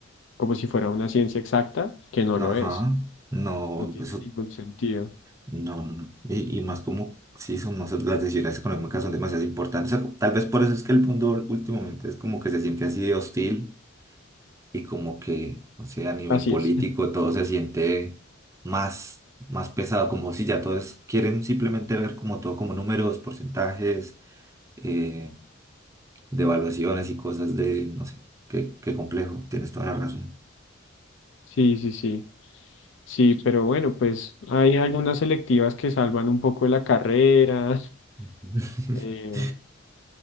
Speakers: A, on the left; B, on the right.
A: como si fuera una ciencia exacta, que no
B: ajá,
A: lo es,
B: no,
A: no tiene
B: eso,
A: ningún sentido.
B: no, no, no. Y, y más como, sí, son, no sé, las decisiones económicas son demasiado importantes. O sea, tal vez por eso es que el mundo últimamente es como que se siente así de hostil y como que, no sé, a nivel
A: Así
B: político
A: es.
B: todo se siente más, más pesado, como si ya todos quieren simplemente ver como todo como números, porcentajes, eh, de evaluaciones y cosas de, no sé, qué, qué complejo, tienes toda la razón.
A: Sí, sí, sí. Sí, pero bueno, pues hay algunas selectivas que salvan un poco la carrera. <laughs>
B: Ujú.
A: eh,
B: <laughs>